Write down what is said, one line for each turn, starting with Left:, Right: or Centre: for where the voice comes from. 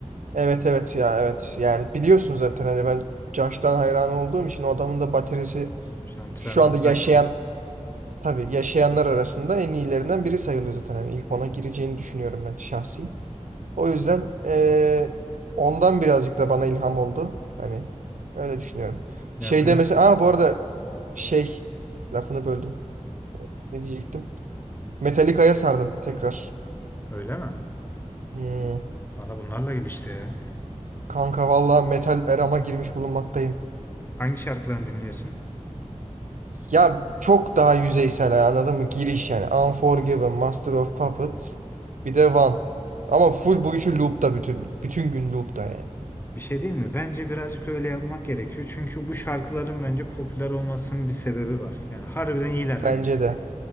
Right: Evet evet ya evet. Yani biliyorsun zaten hani ben Josh'tan hayran olduğum için o adamın da bataryası
Left: Mesela Twenty
Right: şu anda
Left: One
Right: yaşayan
Left: Pilots'ı.
Right: tabii yaşayanlar arasında en iyilerinden biri sayılıyor zaten. Hani ilk ona gireceğini düşünüyorum ben şahsi. O yüzden ee, ondan birazcık da bana ilham oldu. Hani öyle düşünüyorum.
Left: Ya
Right: Şeyde
Left: ben
Right: mesela aa bu arada şey lafını böldüm. Ne diyecektim? Metallica'ya sardım tekrar.
Left: öyle mi?
Right: Hmm.
Left: Bana bunlarla gelişti ya.
Right: Kanka valla metal erama girmiş bulunmaktayım.
Left: Hangi şarkılarını dinliyorsun?
Right: Ya çok daha yüzeysel ya, anladın mı? Giriş yani. Unforgiven, Master of Puppets, bir de One. Ama full bu üçü loop'ta bütün. Bütün gün loop'ta yani.
Left: Bir şey değil mi? Bence birazcık öyle yapmak gerekiyor. Çünkü bu şarkıların bence popüler olmasının bir sebebi var. Yani harbiden iyiler
Right: Bence
Left: demek ki.
Right: de.